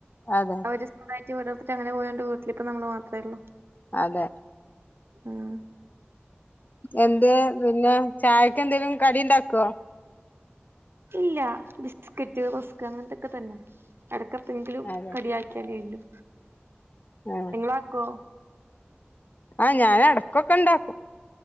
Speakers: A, on the left; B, on the right.
A: അതെ
B: ഓര് സ്വന്തായിട്ട് വീടെട്ത്തിട്ട് അങ്ങനെ പോയോണ്ട് വീട്ടിലിപ്പം നമ്മള് മാത്രേള്ളൂ അ
A: അതെ
B: ആഹ്
A: എന്തേ പിന്നെ ചായക്ക്‌ എന്തേലും കടി ഇണ്ടാക്കോ
B: ഇല്ല, ബിസ്കറ്റ് റസ്ക് അങ്ങൻ ത്തൊക്കെ തന്നെ എടക്കെപ്പെങ്കിലും
A: അതെ
B: കടിയാക്കിയാലേ ഇല്ലൂ
A: ആഹ്
B: ങ്ങളാക്കോ
A: ആഹ് ഞാനെടക്കൊക്കണ്ടാക്കും